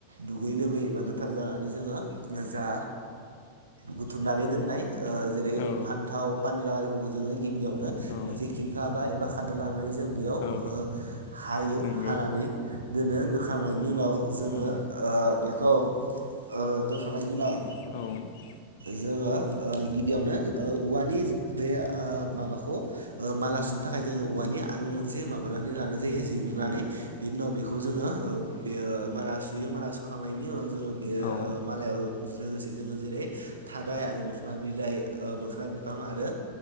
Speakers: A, on the right (about 75°); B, on the left (about 55°).
A: दुगैयै लोबै एबा गोथार जानानै जोङो जा बुथुमनानै दोननाय ओ जेरै
B: औ
A: फान्थाव पानेलाव आरिफोरखौ जोङो गिबियावनो
B: औ
A: मोनसे खिरखा बा एबा खादा लानानै जों बेयाव
B: औ
A: ओ हायो
B: नंगौ
A: हानानै दोनो दोखांनायनि उनाव जोङो
B: औ
A: ओ बेखौ ओ दोनखांनायनि उनाव
B: औ
A: जोङो ओ गिबियावनो ओ औवानि जे ओ माबाखौ ओ माला सुनो थाखाय जोङो औवानि आरुं मोनसे माबानानै लानाय जायो जिरनानै बेनि उनाव बेखौ जोङो ओ बे माला सुयो मा सुखांनायनि उनाव जोङो बे
B: औ
A: ओ मालायाव लोगोसे जोङो जेरै थादाय आरो मोखोना बिलाइ ओ मोखोना बिफां आरो